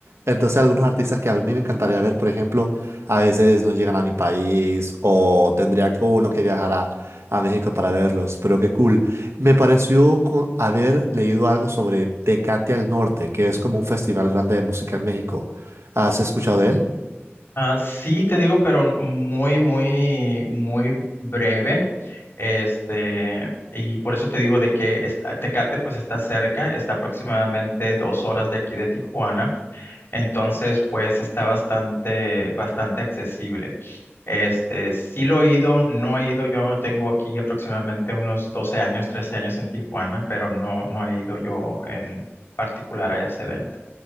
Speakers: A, on the right; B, on the left.
A: Entonces algunos artistas que a mí me encantaría ver, por ejemplo, a veces no llegan a mi país o tendría que- uno que viajar a, a México para verlos, pero qué cool. Me pareció co- haber leído algo sobre Tecate al Norte, que es como un festival grande de música en México. ¿Has escuchado de él?
B: sí te digo, pero muy, muy, muy breve. Este, y por eso te digo de que est- Tecate pues está cerca, está aproximadamente dos horas de aquí de Tijuana. Entonces, pues está bastante, bastante accesible. Este, sí lo he ido, no he ido, yo tengo aquí aproximadamente unos 12 años, 13 años en Tijuana, pero no, no he ido yo en particular a ese evento.